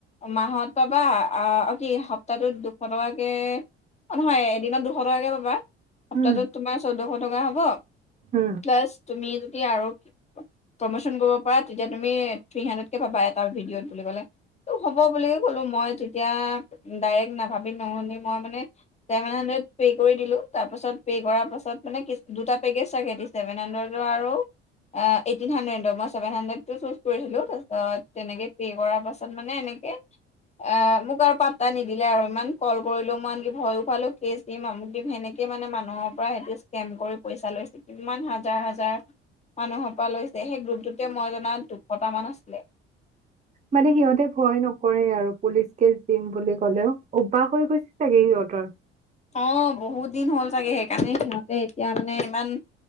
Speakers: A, on the left; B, on the right.
A: মাহত পাবা অ কি সপ্তাহটোত দুশ টকাকে নহয় এদিনত দুশ টকাকে পাবা সপ্তাহটোত
B: উম
A: তোমাৰ চৈধ্য শ টকা হ'ব।
B: উম
A: প্লাছ। তুমি যদি আৰু প্ৰমোচন কৰিব পাৰা। তেতিয়া তুমি থ্ৰী হাণ্ড্ৰেডকে পাবা এটা ভিডিঅ'ত বুলি ক'লে, ত' হ'ব বুলিুল ক'লো মই তেতিয়া, ডাইৰেক্ট নাভাবি নহুনি মই মানে ছেভেন হাণ্ড্ৰেড পে' কৰি দিলো। তাৰপাছত পে' কৰাৰ পাছত মানে কি দুটা পেকেজ চাকে ছেভেন হাণ্ড্ৰেডৰ আৰু এইটিন হাড্ৰেডৰ মই ছেভেন হাড্ৰেড। চুজ কৰিছিলো তাৰপিছত, তেনেকে পে' কৰাৰ পাছত মানে এনেকে এ, মোক আৰু পাতটা নিদিলে আৰু ইমান কল কৰিলো ইমান কি ভয়ো খুৱালোঁ কেছ দিম আমুক দিম সেনেকে মানে মানুহৰ পৰা সহঁতে স্কেম কৰি পইচা লৈছে, কিমান হাজাৰ হাজাৰ মানুহৰ পৰা লৈছে সেই গ্ৰুপটোতে মই জনাত। দুশট মান আছিলে।
B: মানে সিহঁতে ভয় নকৰে আৰু পুলিচ কেচ দিম বুলি ক'লেও অ্বাস হৈ গৈছে চাগে সিহঁতৰ।
A: অ বহুত দিন হ'ল চাগে সেইকাৰণে সিহঁতে এতিয়া মানে ইমান